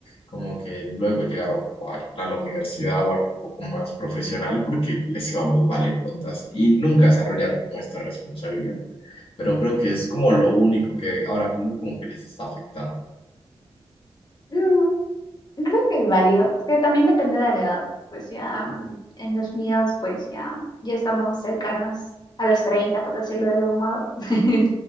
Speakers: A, on the left; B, on the left.
A: como que luego llegaron como a, a la universidad o algo un poco más profesional porque les iba muy mal en notas y nunca desarrollaron como esta responsabilidad. Pero creo que es como lo único que ahora mismo como que les está afectando.
B: <laughs> Creo que es válido, es que también depende de la edad. Pues ya mm, en los míos, pues ya, ya estamos cercanos a los 30 por decirlo de algún modo. <laughs>